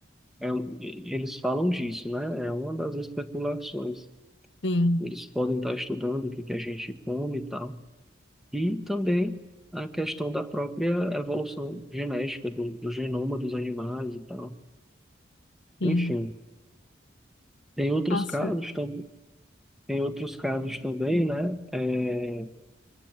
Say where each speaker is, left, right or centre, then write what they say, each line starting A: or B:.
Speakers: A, in the centre; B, on the left.
A: É, um- eles falam disso, né? É uma das especulações.
B: Sim,
A: Eles podem estar estudando o que que a gente come e tal. E também a questão da própria evolução genética do, do genoma dos animais e tal.
B: sim.
A: Enfim, tem outros
B: Nossa.
A: casos também. Tem outros casos também, né? É,